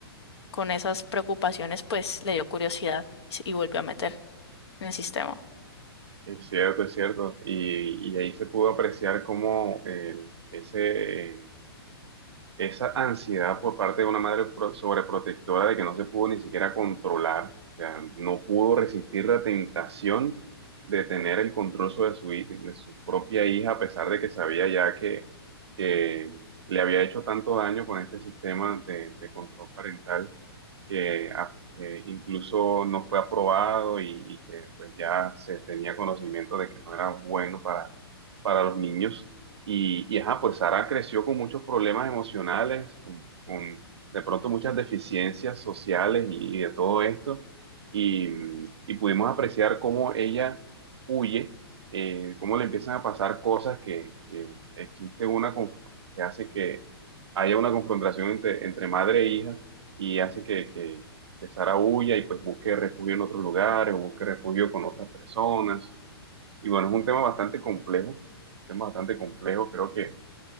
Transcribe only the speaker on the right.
Es cierto, es cierto. Y, y ahí se pudo apreciar cómo el- ese, eh, esa ansiedad por parte de una madre pro- sobreprotectora de que no se pudo ni siquiera controlar, o sea, no pudo resistir la tentación de tener el control sobre su, hi- de su propia hija, a pesar de que sabía ya que, que le había hecho tanto daño con este sistema de de control parental que, a- que incluso no fue aprobado y, y que pues ya se tenía conocimiento de que no era bueno para, para los niños. Y, y ajá, pues Sara creció con muchos problemas emocionales, con, con de pronto muchas deficiencias sociales y, y de todo esto. Y, y pudimos apreciar cómo ella huye, eh, cómo le empiezan a pasar cosas que, que existe una conf- que hace que haya una confrontación entre, entre madre e hija y hace que, que, que Sara huya y pues busque refugio en otros lugares o busque refugio con otras personas. Y bueno, es un tema bastante complejo, un tema bastante complejo. Creo que